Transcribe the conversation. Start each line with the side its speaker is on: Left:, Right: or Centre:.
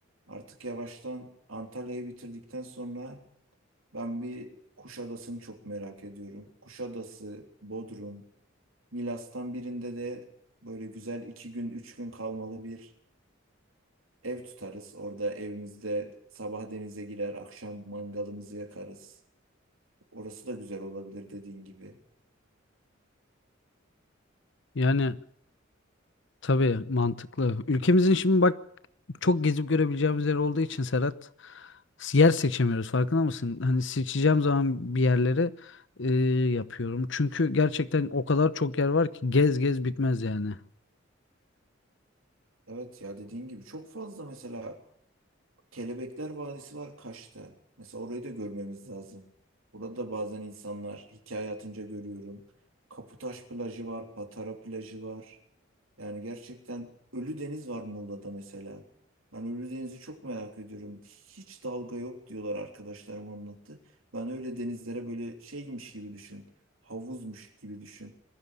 Right: artık yavaştan Antalya'yı bitirdikten sonra ben bir Kuşadası'nı çok merak ediyorum. Kuşadası, Bodrum, Milas'tan birinde de böyle güzel iki gün, üç gün kalmalı bir Ev tutarız. Orada evimizde sabah denize girer, akşam mangalımızı yakarız. Orası da güzel olabilir dediğin gibi.
Left: Yani tabii mantıklı. Ülkemizin şimdi bak çok gezip görebileceğimiz yer olduğu için Serhat yer seçemiyoruz. Farkında mısın? Hani seçeceğim zaman bir yerleri e, yapıyorum. Çünkü gerçekten o kadar çok yer var ki gez gez bitmez yani.
Right: Evet ya dediğin gibi çok fazla mesela Kelebekler Vadisi var Kaş'ta. Mesela orayı da görmemiz lazım. Burada da bazen insanlar hikaye atınca görüyorum. Kaputaş plajı var, Patara plajı var. Yani gerçekten Ölüdeniz var Muğla'da mesela. Ben Ölüdeniz'i çok merak ediyorum. Hiç dalga yok diyorlar arkadaşlarım anlattı. Ben öyle denizlere böyle şeymiş gibi düşün. Havuzmuş gibi düşün.